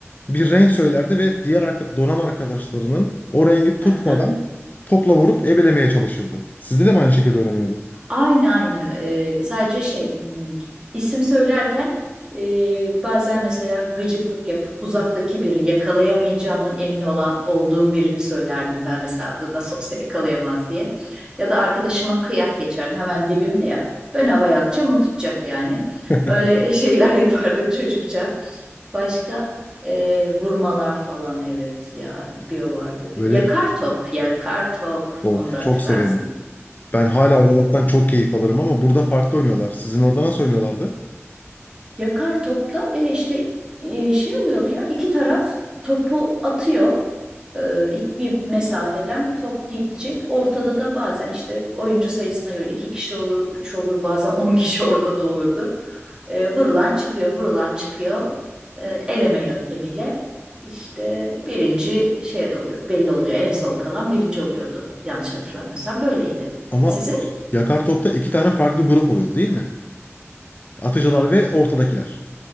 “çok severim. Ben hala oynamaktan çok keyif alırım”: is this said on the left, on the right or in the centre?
Left